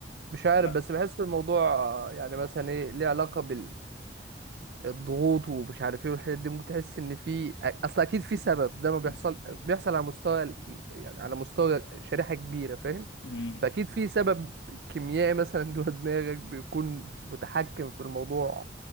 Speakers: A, on the right; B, on the left.
A: مش عارف
B: لا
A: بس بحس الموضوع آه، يعني مثلا ايه ليه علاقة بال... الضغوط ومش عارف ايه والحاجات دي ممكن تحس ان في اصل اكيد في سبب ده ما بيحصل
B: <laughs>
A: بيحصل على مستوى ال- يعني على مستوى شريحة كبيرة فاهم
B: أمم،
A: فاكيد في سبب كيميائي مثلا جوه دماغك بيكون متحكم في الموضوع